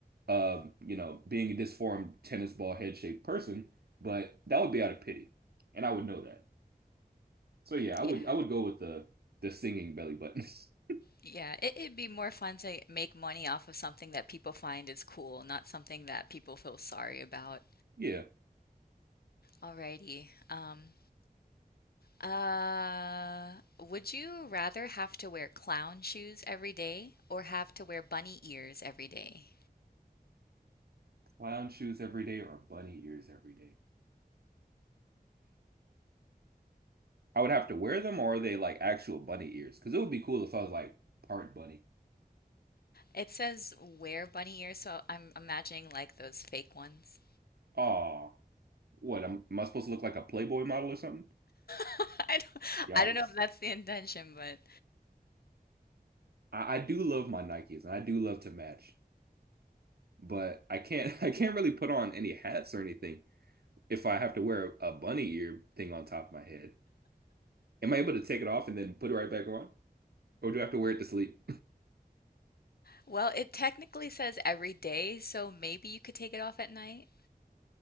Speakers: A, on the right; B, on the left.
A: um, you know, being a disformed tennis ball head shaped person, but that would be out of pity, and I would know that. So yeah,
B: Yeah,
A: I would I would go with the the singing belly buttons. <laughs>
B: yeah. It, it'd be more fun to make money off of something that people find is cool, not something that people feel sorry about.
A: Yeah,
B: Alrighty. Um, uh, would you rather have to wear clown shoes every day or have to wear bunny ears every day?
A: clown shoes every day or bunny ears every day. I would have to wear them, or are they like actual bunny ears? Because it would be cool if I was like part bunny.
B: It says wear bunny ears, so I'm imagining like those fake ones.
A: Aw, what? Am, am I supposed to look like a Playboy model or something?
B: <laughs> I don't,
A: Yikes.
B: I don't know if that's the intention, but
A: I, I do love my Nikes, and I do love to match. but I can't <laughs> I can't really put on any hats or anything if I have to wear a bunny ear thing on top of my head. Am I able to take it off and then put it right back on? Or do I have to wear it to sleep?
B: Well, it technically says every day, so maybe you could take it off at night,